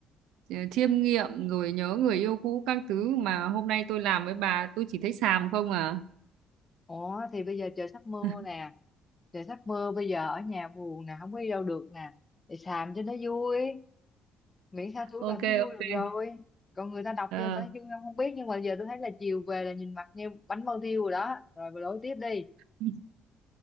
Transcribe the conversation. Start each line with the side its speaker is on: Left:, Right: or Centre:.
Right: ờ, chiêm nghiệm rồi nhớ người yêu cũ các thứ mà hôm nay tôi làm với bà tôi chỉ thấy xàm không à.
Left: ủa thì bây giờ trời sắp mưa
Right: <laughs>
Left: nè trời sắp mưa bây giờ ở nhà buồn nè không có đi đâu được nè để xàm cho nó vui miễn sao tôi
Right: Ok
Left: cảm thấy vui
Right: ok.
Left: được rồi còn người ta đọc
Right: Ờ,
Left: cho người ta thấy vui không không biết nhưng mà giờ tôi thấy là chiều về là nhìn mặt như bánh bao thiêu rồi đó rồi bà lối tiếp đi
Right: <laughs>